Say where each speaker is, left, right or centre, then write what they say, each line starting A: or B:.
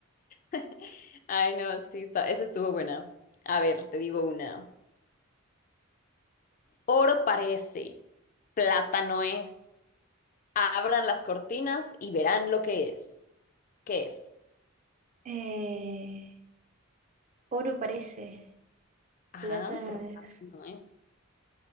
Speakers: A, on the left; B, on the right.
A: <laughs> Ay, no, sí, está. Esa estuvo buena. A ver, te digo una. Oro parece, plátano es. Abran las cortinas y verán lo que es. ¿Qué es?
B: Eh, oro parece,
A: Ajá,
B: plátano
A: pero
B: es.
A: plátano es.